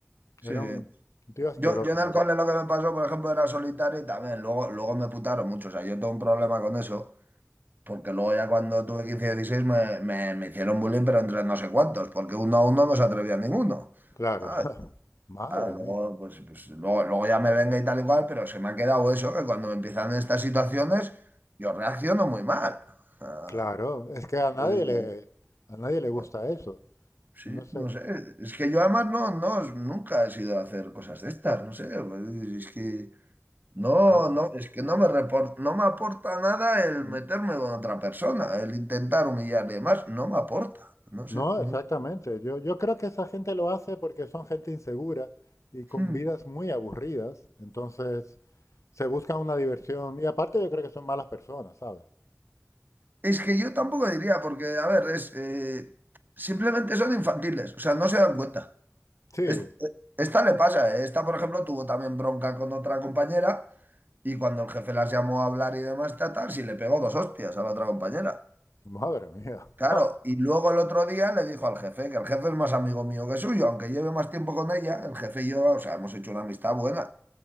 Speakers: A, on the right (about 40°); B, on the left (about 75°).
A: sí,
B: Era
A: sí.
B: un tío asqueroso,
A: Yo, yo en
B: me
A: el
B: acuerdo.
A: cole lo que me pasó, por ejemplo, era solitario y también luego, luego me putaron mucho. O sea, yo tengo un problema con eso. Porque luego ya cuando tuve 15 y 16 me, me, me hicieron bullying, pero entre no sé cuántos, porque uno a uno no se atrevía ninguno.
B: Claro.
A: Ah,
B: <laughs> Madre
A: ah, luego,
B: mía.
A: pues, pues, luego, luego ya me venga y tal y cual, pero se me ha quedado eso, que cuando me empiezan estas situaciones, yo reacciono muy mal. Ah,
B: Claro, es que a nadie
A: yo digo,
B: le, a nadie le gusta
A: ah,
B: eso.
A: sí,
B: Yo no sé,
A: no sé, es que yo además no, no, nunca he sido a hacer cosas de estas, no sé, pues, es que No,
B: claro.
A: no, es que no me repor- no me aporta nada el meterme
B: N-
A: con otra persona, el intentar humillarle más, no me aporta, no sé.
B: No,
A: no.
B: exactamente. Yo, yo creo que esa gente lo hace porque son gente insegura y con
A: Hmm.
B: vidas muy aburridas. Entonces se busca una diversión. Y aparte yo creo que son malas personas, ¿sabes?
A: Es que yo tampoco diría, porque, a ver, es eh, simplemente son infantiles, o sea, no se dan cuenta.
B: Sí,
A: Es- esta le pasa, ¿eh? Esta, por ejemplo, tuvo también bronca con otra compañera y cuando el jefe las llamó a hablar y demás, tal, tal, sí le pegó dos hostias a la otra compañera.
B: madre mía.
A: Claro,
B: <laughs>
A: y luego el otro día le dijo al jefe, que el jefe es más amigo mío que suyo, aunque lleve más tiempo con ella, el jefe y yo, o sea, hemos hecho una amistad buena.